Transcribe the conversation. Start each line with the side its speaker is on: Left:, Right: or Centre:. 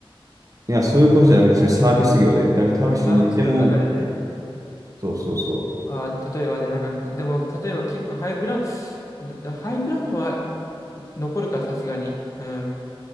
Right: いや、そういうことじゃなくて、それサービス業で。だからタクシーに乗っても、
Left: あ、サービス業の中でね。
Right: そうそうそう。
Left: あ、例えばね、なんかぐ、でも、例えば結構ハイブランド、だハイブランドは残るか、さすがに。うん。